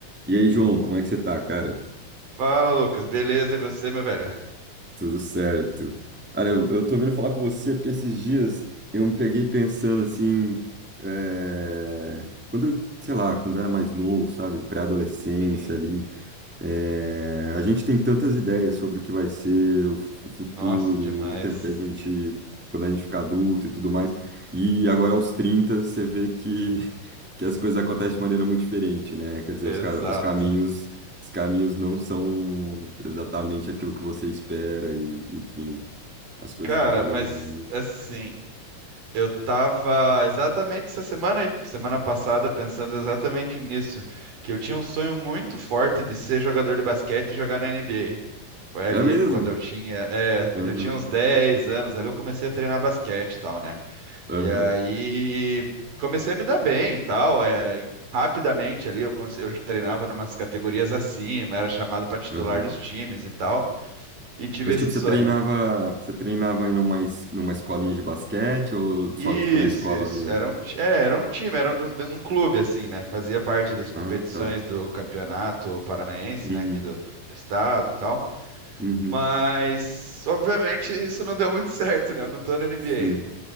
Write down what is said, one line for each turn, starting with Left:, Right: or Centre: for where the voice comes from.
Centre: E aí, João, como é que você tá, cara?
Right: Fala, Lucas. Beleza, e você, meu velho?
Centre: Tudo certo. Cara, eu, eu tô vindo falar com você porque esses dias eu me peguei pensando assim, é, quando, eu- sei lá, quando eu era mais novo, sabe, pré-adolescência
Right: Uhum.
Centre: ali, É, a gente tem tantas ideias sobre o que vai ser o fu- o futuro,
Right: Nossa, demais.
Centre: o tempo que a gente, quando a gente ficar adulto e tudo mais. E agora aos 30 você vê que, <laughs> que as coisas acontecem de maneira muito diferente, né? Quer dizer, os,
Right: Exato.
Centre: ca- os caminhos, os caminhos não são exatamente aquilo que você espera e, enfim, as coisas
Right: Cara,
Centre: vão tomando
Right: mas
Centre: um rumo.
Right: assim, eu tava exatamente essa semana e semana passada pensando exatamente nisso, que eu tinha um sonho muito forte de ser jogador de basquete e jogar na NBA. Foi ali
Centre: É mesmo?
Right: quando eu tinha, é, quando
Centre: Uhum,
Right: eu tinha uns 10 anos, ali eu comecei a treinar basquete e tal, né?
Centre: uhum,
Right: E aí comecei a me dar bem e tal. É, em- rapidamente ali eu, conse- eu treinava numas categorias acima, era chamado para titular
Centre: uhum.
Right: dos times e tal, e tive
Centre: Mas
Right: esse
Centre: tipo, você
Right: sonho.
Centre: treinava, você treinava em uma, es- numa escolinha de basquete ou só
Right: Isso,
Centre: tipo na escola
Right: isso.
Centre: mesmo?
Right: Era um, ti- é, era um time, era de um, de um clube, assim, né? Fazia parte das competições
Centre: Ah, tá.
Right: do campeonato paranaense,
Centre: Uhum,
Right: né? Aqui do, do estado e tal.
Centre: uhum,
Right: Mas, obviamente, isso não deu muito <laughs> certo, né? Eu não tô na NBA.
Centre: sim.